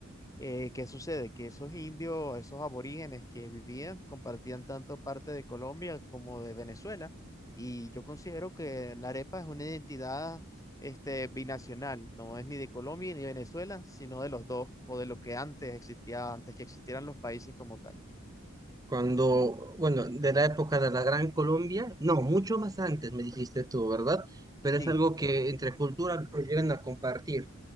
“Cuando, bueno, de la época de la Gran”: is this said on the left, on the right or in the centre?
Right